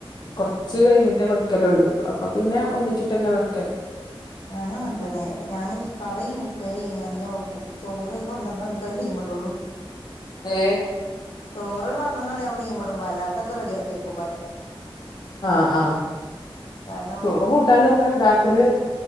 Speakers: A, on the left; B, on the left.
A: കൊറച്ച്
B: ഉം
A: കഴിഞ്ഞിട്ട് വെ വെക്കലൊള്ളൂ അപ്പൊപിന്നെ ഒന്നിച്ചിട്ട്ന്നെ വെക്കല്
B: ഞാനും അങ്ങനെത്തന്നെ ഞാൻ കറിം ഉപ്പേരിം എല്ലാം വെക്കും ചോറ് ഒരു പന്ത്രണ്ടണിക്ക് തീമ്മെടൊള്ളൂ <unintelligible>
A: ഏഹ്
B: ചോറ് ഒരു പന്ത്രണ്ടണി ആവും തീമ്മെ ഇടുംബോ അല്ലാത്തൊക്കെ റെഡിയാക്കി വെക്കും പറയ
A: ആ ആഹ്
B: കാരണം
A: ചോറും കൂട്ടാനും ഒക്കെ ഇണ്ടാക്കല്